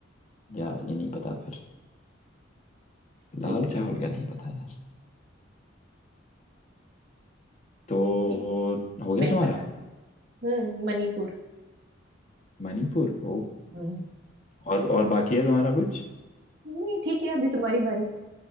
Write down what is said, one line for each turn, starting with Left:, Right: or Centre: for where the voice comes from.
Left: यार ये नहीं पता फिर
Right: ठीक
Left: लाल
Right: है नहीं
Left: चावल का
Right: पता
Left: नहीं पता यार तो
Right: ठीक
Left: हो गया
Right: है
Left: तुम्हारा
Right: नहीं बता हम्म मणिपुर
Left: मणिपुर ओ
Right: हम्म
Left: और और बाकी है तुम्हारा कुछ
Right: नहीं ठीक है अभी तुम्हारी बारी